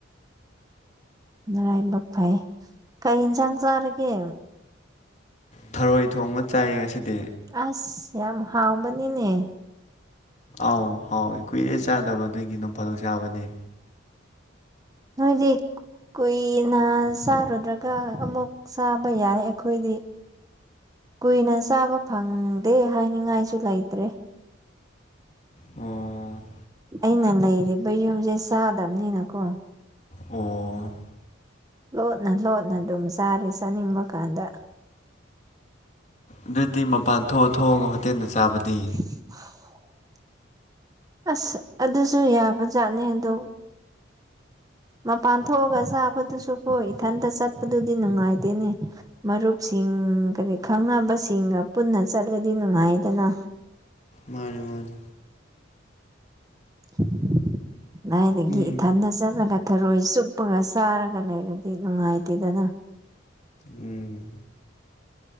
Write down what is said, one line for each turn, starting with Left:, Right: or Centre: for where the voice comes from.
Right: ꯃꯔꯔꯥꯏꯃꯛ ꯐꯩ ꯀꯩ ꯏꯟꯁꯥꯡ ꯆꯥꯔꯒꯦ
Left: ꯊꯔꯣꯏ ꯊꯣꯡꯕ ꯆꯥꯏ ꯉꯁꯤꯗꯤ
Right: ꯑꯁ ꯌꯥꯝ ꯍꯥꯎꯕꯅꯤꯅꯦ
Left: ꯑꯥꯎ ꯍꯥꯎꯏ ꯀꯨꯏꯔꯦ ꯆꯥꯗꯕꯗꯒꯤ ꯅꯣꯡ ꯐꯥꯗꯣꯛ ꯆꯥꯕꯅꯦ
Right: ꯅꯣꯢꯗꯤ ꯀꯨꯏꯅ ꯆꯥꯔꯨꯗ꯭ꯔꯒ ꯑꯃꯨꯛ ꯆꯥꯕ ꯌꯥꯏ ꯑꯩꯈꯣꯏꯗꯤ ꯀꯨꯏꯅ ꯆꯥꯕ ꯐꯪꯗꯦ ꯍꯥꯏꯅꯤꯡꯉꯥꯏꯁꯨ ꯂꯩꯇ꯭ꯔꯦ
Left: ꯑꯣ
Right: ꯑꯩꯅ ꯂꯩꯔꯤꯕ ꯌꯨꯝꯁꯦ ꯆꯥꯗꯕꯅꯤꯅꯀꯣ
Left: ꯑꯣ
Right: ꯂꯣꯠꯅ ꯂꯣꯠꯅ ꯑꯗꯨꯝ ꯆꯥꯔꯦ ꯆꯥꯅꯤꯡꯕ ꯀꯥꯟꯗ
Left: ꯑꯗꯨꯗꯤ ꯃꯄꯥꯟ ꯊꯣꯛꯑ ꯊꯣꯛꯑꯒ ꯍꯣꯇꯦꯜꯗ ꯆꯥꯕꯗꯤ
Right: <unintelligible> ꯑꯁ ꯑꯗꯨꯁꯨ ꯌꯥꯕꯖꯥꯠꯅꯤ ꯑꯗꯣ ꯃꯄꯥꯟ ꯊꯣꯛꯑꯒ ꯆꯥꯕꯗꯨꯁꯨ ꯀꯣ ꯏꯊꯟꯇ ꯆꯠꯄꯗꯨꯗꯤ ꯅꯨꯡꯉꯥꯏꯇꯦꯅꯦ ꯃꯔꯨꯞꯁꯤꯡ ꯀꯔꯤ ꯈꯪꯅꯕꯁꯤꯡꯒ ꯄꯨꯟꯅ ꯆꯠꯂꯗꯤ ꯅꯨꯡꯉꯥꯏꯗꯅ
Left: ꯃꯥꯅꯦ ꯃꯥꯅꯦ
Right: <unintelligible> ꯑꯗꯨꯏꯗꯒꯤ
Left: ꯎꯝ
Right: ꯏꯊꯟꯗ ꯆꯠꯂꯒ ꯊꯔꯣꯏ ꯆꯨꯞꯄꯒ ꯆꯥꯔꯒ ꯂꯩꯔꯗꯤ ꯅꯨꯡꯉꯥꯏꯇꯦꯗꯅ
Left: ꯎꯝ